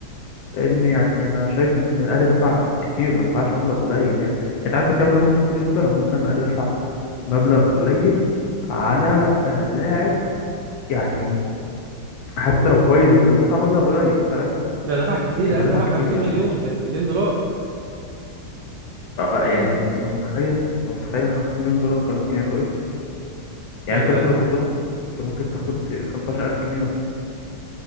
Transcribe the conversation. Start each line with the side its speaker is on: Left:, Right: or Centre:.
Left: لان يعني انا شايف ان الاهلي دفع كتير ما دفعش مبلغ قليل يعني انت عارف الكلام ده ممكن تقول امتى لو مثلا الاهلي دفع مبلغ قليل على آه، لاعب يعني حتى لو كويس بس هو دفع مبلغ قليل فاهم
Right: ده دفع كتير
Left: لكن
Right: قال
Left: ده دفع
Right: دفع
Left: كتير
Right: 50
Left: يا عم
Right: مليون م- مليون دولار
Left: آه،
Right: تخيل
Left: آه، يعني انت متخيل انت متخيل 50 مليون دولار كان ممكن يعملوا ايه يعني
Right: كان
Left: انت مثلا لو كنت كنت ممكن تاخد 15000 جنيه مثلا